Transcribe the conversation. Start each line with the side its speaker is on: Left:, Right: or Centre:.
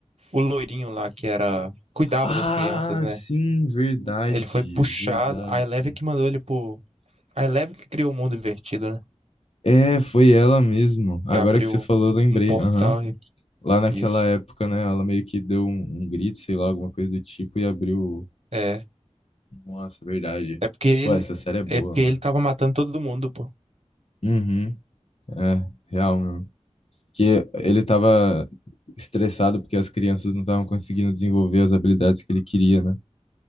Right: o loirinho lá que era, cuidava
Left: Ah,
Right: das crianças, né?
Left: sim, verdade,
Right: Ele foi puxado,
Left: verdade.
Right: a Eleven que mandou ele pro A Eleven que criou o mundo invertido, né?
Left: É, foi ela mesmo. Agora
Right: Que abriu
Left: que você falou, eu lembrei.
Right: um portal
Left: Aham.
Right: e
Left: Lá naquela
Right: isso.
Left: época, né? Ela meio que deu um, um grito, sei lá, alguma coisa do tipo, e abriu.
Right: É.
Left: Nossa, verdade.
Right: É porque ele.
Left: Pô, essa série é boa,
Right: É porque
Left: mano.
Right: ele tava matando todo mundo, pô.
Left: Uhum. É, real, meu. Que ele tava estressado porque as crianças não estavam conseguindo desenvolver as habilidades que ele queria, né?